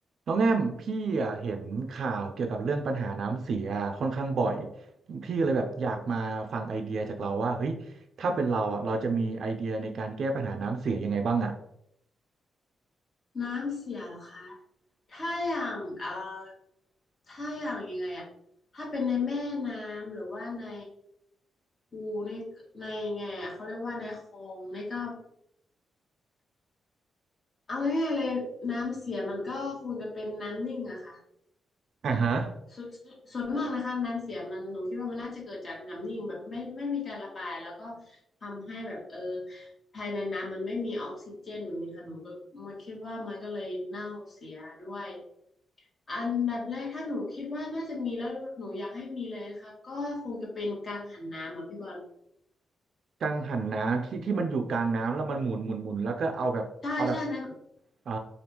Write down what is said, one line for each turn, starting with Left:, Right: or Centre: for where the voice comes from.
Right: น้องแอมพี่อะเห็นข่าวเกี่ยวกับเรื่องปัญหาน้ำเสียค่อนข้างบ่อยพี่ก็เลยแบบอยากมาฟังไอเดียจากเราว่าเฮ้ยถ้าเป็นเราอ่ะเราจะมีไอเดียในการแก้ปัญหาน้ำเสียยังไงบ้างอ่ะ
Left: น้ำเสียเหรอคะถ้าอย่างเอ่อถ้าอย่างยังไงอะถ้าเป็นในแม่น้ำหรือว่าในคูในในงไงอะเขาเรียกว่าในคลองในก็เอาง่ายๆเลยน้ำเสียมันก็คงจะเป็นน้ำนิ่งอะค่ะ
Right: อ่าฮะ
Left: ส่วนส่วนมากนะคะน้ำเสียมันหนูคิดว่ามันน่าจะเกิดจากน้ำนิ่งแบบไม่ไม่มีการระบายแล้วก็ทำให้แบบเออภายในน้ำมันไม่มีออกซิเจนแบบนี้ค่ะหนูก็มาคิดว่ามันก็เลยเน่าเสียด้วย อันดับแรกถ้าหนูคิดว่าน่าจะมีแล้วหนูอยากให้มีเลยนะคะก็คงจะเป็นกังหันน้ำอ่ะพี่บอล
Right: กังหันน้ำที่ที่มันอยู่กลางน้ำแล้วมันหมุนหมุนหมุนแล้วก็เอาแบบเอาแบบ
Left: ใช่ใช่นั้น
Right: อ๋อ